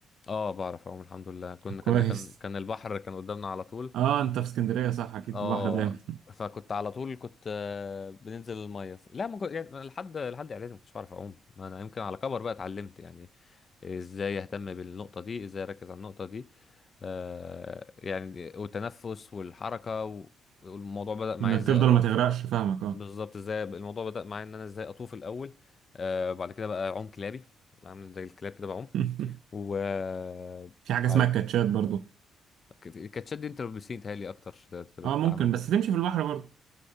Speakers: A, on the left; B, on the right.
A: اه بعرف اعوم الحمد لله كنا
B: <laughs> كويس
A: كان كان كان البحر كان قدامنا على طول
B: أه أنت في اسكندرية صح أكيد
A: اه
B: البحر دايما
A: فكنت على طول كنت آه، بننزل الميه ف- لا ما كنت يعني لحد لحد اعدادي ما كنتش بعرف اعوم ما انا يمكن على كبر بقى اتعلمت يعني ازاي اهتم بالنقطه دي ازاي اركز على النقطه دي آه يعني والتنفس والحركه و- والموضوع
B: <laughs>
A: بدأ معايا
B: إنك
A: ازاي
B: تفضل
A: اطوف
B: ما تغرقش فاهمك أه
A: بالظبط ازاي الموضوع بدأ معايا ان انا ازاي اطوف الاول آه بعد كده بقى اعوم كلابي اعمل زي الكلاب كده بعوم
B: <laughs>
A: و آه،
B: في حاجة
A: بعد-
B: اسمها الكاتشات برضو
A: كانت كانت شد انت بسين تهيألي اكتر تت- بتتعمل
B: أه ممكن بس تمشي في البحر برضو